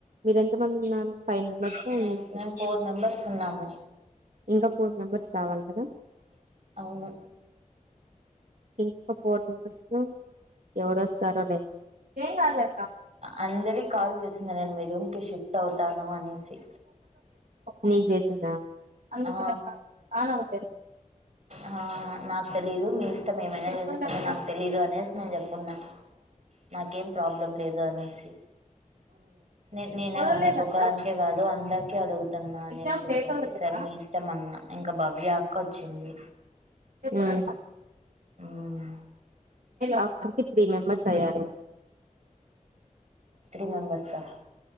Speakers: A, on the right; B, on the right.
A: మీరు ఎంత మంది ఉన్నారు. ఫైవ్ మెంబర్స్ ఉన్నారు
B: మేం
A: ఇప్పుడు
B: మేము ఫోర్ మెంబర్స్ ఉన్నాము.
A: ఇంకా ఫోర్ మెంబర్స్ రావాలి కదా.
B: అవును
A: ఇంకా ఫోర్ మెంబర్స్ లో ఎవరోస్తారోనే ఏంగాలే
B: అంజలి కాల్ చేసింది నేనూమీరు బుషు అవుతాను అనేసి
A: నీక్ చేసిందా అందుకానక్కా
B: ఆ
A: ఆ ఉం
B: ఆ నాకు తెలీదు మీ ఇష్టం ఏమైనా
A: చెప్పాలక్క
B: చేసుకుని నాకు తెలీదు అనేసి నేను చెప్పున్నా నాకేం ప్రాబ్లం లేదు అని. సి నే నేను
A: వదల్లేదక్క
B: నీకొక్కదానికే కాదు అందరికి అడుగుతున్నా అనేసి
A: ఎగ్జామ్
B: చెప్పింది
A: డేట్ వదల్లేదా
B: సరే మీ ఇష్టం అన్నా. ఇంకా భవ్య అక్క వోచ్చింది.
A: ఊమ్
B: ఊమ్
A: ఆక్కడికి త్రీ మెంబర్స్ అయ్యారు
B: త్రీ మెంబర్సా ఆ